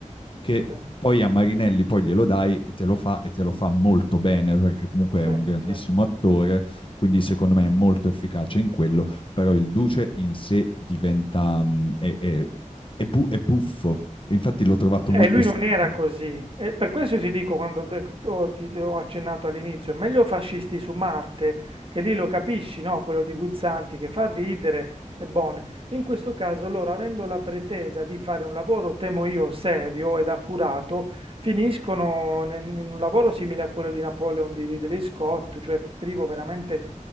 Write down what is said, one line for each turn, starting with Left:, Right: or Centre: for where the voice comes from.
Left: che
Right: sì,
Left: poi a Marinelli poi glielo dai e te lo fa e te lo fa molto bene perché comunque
Right: sì,
Left: è un grandissimo
Right: sì.
Left: attore, quindi secondo me è molto efficace in quello, però il Duce in sé diventa... mh, è, è- è bu- è buffo, infatti l'ho trovato
Right: E
Left: molto
Right: lui
Left: strano.
Right: non era così. E per questo ti dico, quando ho detto- ti, ti ho accennato all'inizio, è meglio fascisti su Marte, che lì lo capisci, no? Quello di Guzzanti che fa ridere e buono. In questo caso loro, avendo la pretesa di fare un lavoro, temo io, serio ed accurato, finiscono nel- in un lavoro simile a quello di Napoleon di Ridley Scott, cioè privo veramente